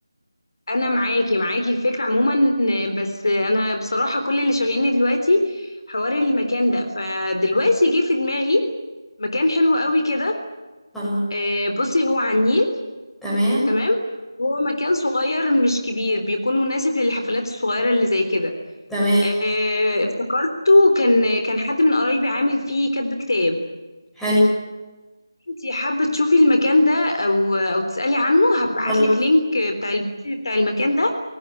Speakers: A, on the left; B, in the centre.
A: انا معاكي معاكي الفكره عموما آه، بس آه، انا بصراحه كل اللي شاغلني دلوقتي حوار المكان ده فدلوقتي جه في دماغي مكان حلو قوي كده
B: خلاص
A: آه، بصي هو على النيل
B: تمام
A: تمام هو مكان صغير مش كبير بيكون مناسب للحفلات الصغيره اللي زي كده
B: تمام
A: آه، افتكرته كان كان حد من قرايبي عامل فيه كاتب كتاب
B: حلو
A: انتي حابة تشوفي المكان ده او او تسألي عنه هبعت
B: خلاص
A: لك لينك بتاع البيج بتاع المكان ده